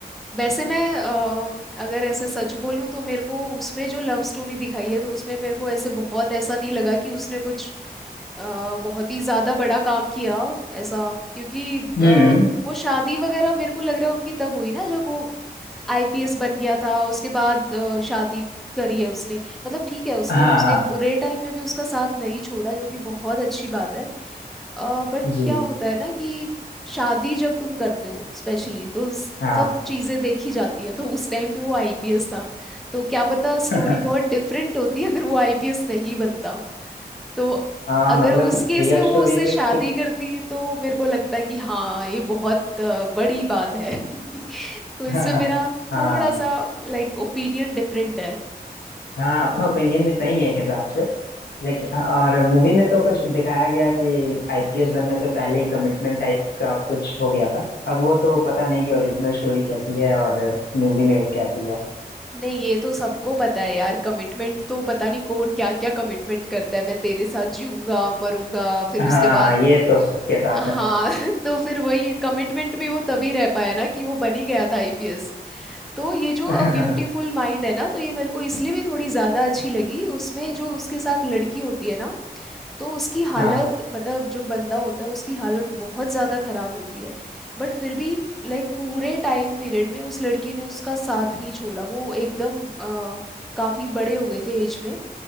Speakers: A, in the centre; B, on the left.
A: वैसे मैं अ, अगर ऐसे सच बोलूं तो मेरे को उसमें जो लव स्टोरी दिखाई है तो उसमें मेरे को ऐसे बहुत ऐसा नहीं लगा कि उसने कुछ अ, बहुत ही ज्यादा बड़ा काम किया ऐसा क्योंकि
B: हम्म
A: अ, वो शादी वगैरह मेरे को लग रहा है उनकी तब हुई ना जब वो आईपीएस बन गया था उसके बाद अ, शादी करी है उसने मतलब ठीक है उसने
B: हाँ
A: उसके
B: हाँ
A: बुरे टाइम में भी उसका साथ नहीं छोड़ा जो कि बहुत अच्छी बात है बट
B: जी
A: क्या होता है ना कि शादी जब तुम करते हो स्पेशली तो स-
B: हाँ
A: सब चीजें देखी जाती है तो उस टाइम पे वो आईपीएस था तो क्या पता स्टोरी
B: <laughs>
A: बहुत डिफरेंट होती <laughs> अगर वो आईपीएस नहीं बनता तो
B: हाँ
A: अगर
B: मतलब
A: उस केस
B: रियल
A: में वो
B: स्टोरी
A: उससे
B: से
A: शादी
B: कुछ <laughs>
A: करती तो मेरे को लगता कि हाँ ये बहुत अ, बड़ी बात है <laughs> तो इसमें
B: हाँ
A: मेरा
B: हाँ
A: थोड़ा सा लाइक ओपिनियन डिफरेंट
B: हाँ आपका
A: है
B: ओपिनियन भी सही है एक हिसाब से लेकिन और मूवी में तो कुछ दिखाया गया है कि आईपीएस बनने से पहले ही कमिटमेंट टाइप का कुछ हो गया था अब वो तो पता नहीं कि ओरिजिनल स्टोरी कैसी है और मूवी में कैसी है
A: नहीं ये तो सबको पता है यार कमिटमेंट तो पता नहीं कौन क्या क्या कमिटमेंट करता है मैं तेरे साथ जीऊंगा मरूंगा फिर उसके
B: हाँ
A: बाद
B: ये तो सबके साथ
A: हाँ
B: है
A: <laughs> तो फिर वही कमिटमेंट भी वो तभी रह पाया ना कि वो बन ही गया था आईपीएस तो ये जो
B: <laughs>
A: अ ब्यूटीफुल माइंड है ना तो ये मेरे को इसलिए भी थोड़ी ज्यादा अच्छी लगी उसमें जो उसके साथ लड़की होती है ना तो उसकी हालत
B: हाँ
A: मतलब जो बंदा होता है उसकी हालत बहुत ज़्यादा खराब होती है बट फिर भी लाइक पूरे टाइम पीरियड में उस लड़की ने उसका साथ नहीं छोड़ा वो एकदम अ, काफी बड़े हो गए थे एज में